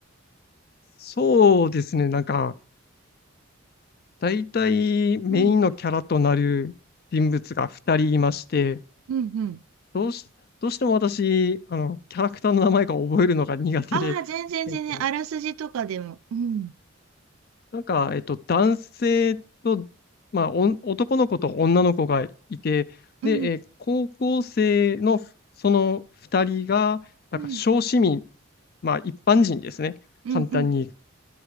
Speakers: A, on the left; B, on the right.
A: そうですね。なんか、大体メインのキャラとなる人物が2人いまして、
B: うん、うん、うん。
A: どうし、どうしても私、あの、キャラクターの名前が覚えるのが苦手で、
B: ああ、全然、
A: えっと、
B: 全然、あらすじとかでも、うん、
A: なんか、えっと、男性と、まあ、おん男の子と女の子がいて、
B: うん、
A: で、えー高校生のその2人が、なんか、
B: うん、
A: 小市民、まあ、一般人ですね。
B: うん、
A: 簡単に
B: うん、